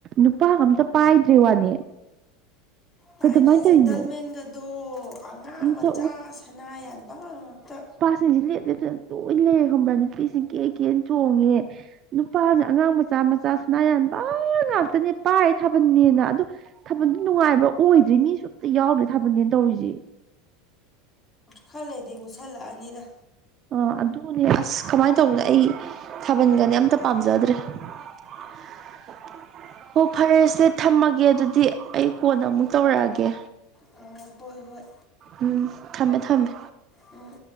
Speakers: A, on the right; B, on the left.
A: ꯅꯨꯄꯥ ꯑꯝꯇ ꯄꯥꯏꯗ꯭ꯔꯦ ꯋꯥꯅꯦ
B: ꯄꯥꯏꯗ꯭ꯔꯦ
A: ꯀꯩꯗꯧꯃꯥꯏꯅ
B: ꯖꯦꯟꯇꯜꯃꯦꯟꯒꯗꯣ
A: ꯇꯧꯔꯤꯅꯣ
B: ꯑꯉꯥꯡ
A: ꯑꯝꯇ
B: ꯃꯆꯥ ꯁꯅꯥ ꯌꯥꯟꯕ ꯉꯥꯛꯇ
A: ꯁꯤꯡꯁꯤ ꯂꯦꯞ ꯂꯦꯞꯇꯅ ꯂꯣꯏꯅ ꯂꯩꯔꯦ ꯈꯪꯕ꯭ꯔꯥ ꯅꯨꯄꯤꯁꯤ ꯀꯦ ꯀꯦ ꯆꯣꯡꯉꯦ ꯅꯨꯄꯥꯁꯦ ꯑꯉꯥꯡ ꯃꯆꯥ ꯃꯆꯥ ꯁꯅꯥ ꯌꯥꯟꯕ ꯉꯥꯛꯇꯅꯦ ꯄꯥꯏ ꯊꯥꯕꯅꯦꯅ ꯑꯗꯨ ꯊꯥꯕꯜꯗꯤ ꯅꯨꯡꯉꯥꯏꯕ꯭ꯔꯥ ꯑꯣꯏꯗ꯭ꯦ ꯃꯤꯁꯨ ꯑꯝꯇ ꯌꯥꯎꯗ꯭ꯔꯦ ꯊꯥꯕꯜꯅꯦꯅ ꯇꯧꯔꯤꯁꯦ
B: ꯈꯔ ꯂꯩꯔꯗꯤ ꯃꯨꯁꯜꯂꯛꯑꯅꯤꯗ
A: ꯑ ꯑꯗꯨꯅꯦ ꯑꯁ ꯀꯃꯥꯏꯅ ꯇꯧꯕꯅꯣ ꯑꯩ ꯊꯥꯕꯜꯒꯅꯤ ꯑꯝꯇ ꯄꯥꯝꯖꯗ꯭ꯔꯦ <inaudible> <inaudible> ꯭ ꯑꯣ ꯐꯔꯦꯁꯦ ꯊꯝꯃꯒꯦ ꯑꯗꯨꯗꯤ ꯑꯩ ꯀꯣꯟ ꯑꯃꯨꯛ ꯇꯧꯔꯛꯑꯒꯦ
B: ꯑꯥ ꯍꯣꯏ ꯍꯣꯏ
A: ꯎꯝ ꯊꯝꯃꯦ ꯊꯝꯃꯦ
B: ꯎꯝ